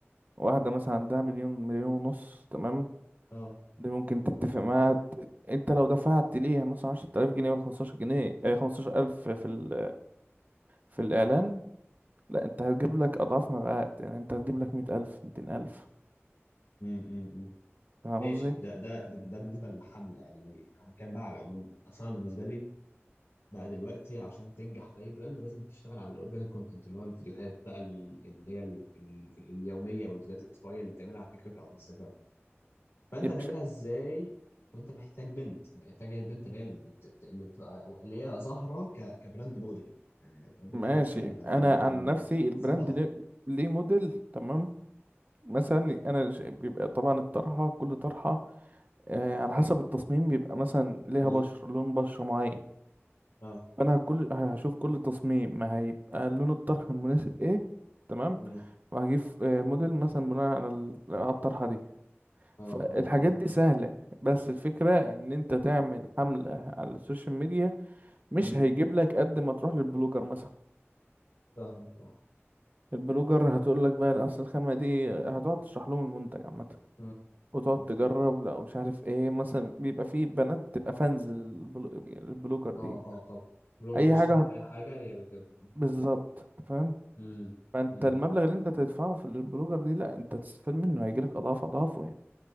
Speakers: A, on the right (about 40°); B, on the left (about 65°).
A: واحدة مثلا عندها مليون مليون ونص تمام
B: اه
A: دي ممكن تتفق معاها ت- انت لو دفعت ليها مثلا 10000 جنيه ولا 15 جنيه آه، 15000 في ال في الإعلان لا أنت هتجيب لك أضعاف ما بقى يعني أنت هتجيب لك مية ألف ميتين ألف
B: امم أمم.
A: فاهم
B: ماشي
A: قصدي؟
B: ده ده ده بالنسبة للحملة الإعلانية أنا هتكلم بقى على العموم أصلا بالنسبة لي بقى دلوقتي عشان تنجح في اي براند لازم تشتغل على الاورجانيك كونتنت اللي هو الفيديوهات بقى ال- اللي هي ال- ال- اليوميه والفيديوهات الاسبوعيه اللي بتعملها على تيك توك او على انستجرام فانت
A: يا
B: هتعملها
A: باشا
B: ازاي وانت محتاج بنت محتاج هي البنت اللي هي اللي ت- اللي تبقى اللي هي ظاهره ك... كبراند موديل يعني البنت
A: ماشي
B: هي اللي تتكلم عن
A: أنا
B: البراند والكلام
A: عن
B: من
A: نفسي
B: ده
A: البراند
B: تصدق اكتر
A: ليه ليه موديل تمام مثلا أنا ش- بيبقى طبعا الطرحة كل طرحة آه على حسب التصميم بيبقى مثلا ليها
B: اه
A: بشرة لون بشرة معين
B: اه
A: فأنا كل هشوف كل تصميم ما هيبقى لون الطرحة المناسب إيه تمام
B: مم.
A: وهجيب آه، موديل مثلا بناء على ال- على الطرحة دي
B: اه
A: فالحاجات
B: اه اه
A: دي
B: اه
A: سهلة بس الفكرة ان انت تعمل حملة على السوشيال ميديا مش
B: مم.
A: هيجيب لك قد ما تروح للبلوجر مثلا
B: فاهمك اه
A: البلوجر هتقول لك بقى اصل الخامة دي هتقعد تشرح لهم المنتج عامة
B: مم.
A: وتقعد
B: مم.
A: تجرب
B: مم.
A: لا مش عارف ايه مثلا بيبقى في بنات بتبقى فانز للبلو- للبلوجر دي
B: اه اه طبعا بلوجر
A: اي
B: دي اشترت
A: حاجة هت-
B: اي حاجه هي بتجيبها
A: بالظبط أنت فاهم
B: امم
A: فانت
B: امم
A: المبلغ اللي انت تدفعه في البلوجر دي لا انت تستفاد منه هيجيلك اضعاف اضعافه يعني